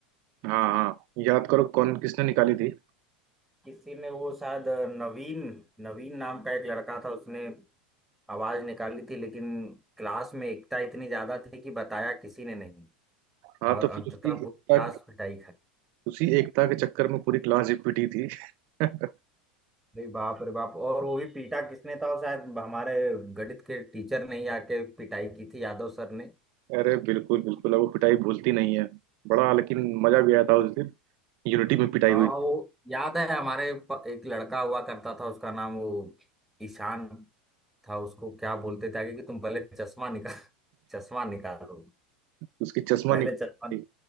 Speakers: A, on the right; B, in the centre.
A: हाँ हाँ याद करो कौन किसने निकाली थी
B: किसी ने वो शायद अ, नवीन नवीन नाम का एक लड़का था उसने आवाज निकाली थी लेकिन क्लास में एकता इतनी ज्यादा थी कि बताया किसी ने नहीं
A: हाँ
B: और
A: तो
B: अंततः
A: फिर उसी
B: पूरी
A: एकता
B: क्लास पिटाई खाई
A: उसी एकता के चक्कर में पूरी क्लास ही पिटी थी <laughs>
B: अरे बाप रे बाप और वो भी पीटा किसने था वो शायद हमारे गणित के टीचर ने ही आके पिटाई की थी यादव सर ने
A: अरे बिल्कुल बिल्कुल अब वो पिटाई भूलती नहीं है बड़ा लेकिन मजा भी आया था उस दिन यूनिटी में पिटाई
B: हाँ
A: हुई थी
B: वो याद है हमारे प- एक लड़का हुआ करता था उसका नाम वो ईशान था उसको क्या बोलते थे आगे कि तुम पहले चश्मा निकाल <laughs> चश्मा निकालो
A: उसकी चश्मा
B: पहले
A: निकाल
B: चश्मा